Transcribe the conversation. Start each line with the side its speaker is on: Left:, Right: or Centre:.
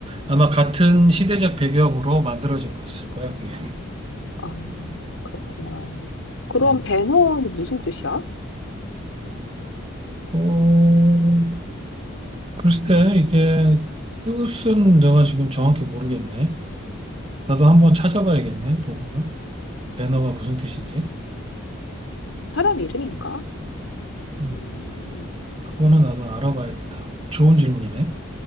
Right: 아마 같은 시대적 배경으로 만들어질 것일 거야, 그게.
Left: 아, 그렇구나. 그럼
Right: 음.
Left: 배너는 무슨 뜻이야?
Right: 어, 글쎄, 이게 뜻은 내가 지금 정확히 모르겠네. 나도 한번 찾아봐야겠네, 복음을. 배너가
Left: 음,
Right: 무슨 뜻인지.
Left: 사람 이름인가?
Right: 음,
Left: 음,
Right: 그거는 나도 알아봐야겠다. 좋은 질문이네.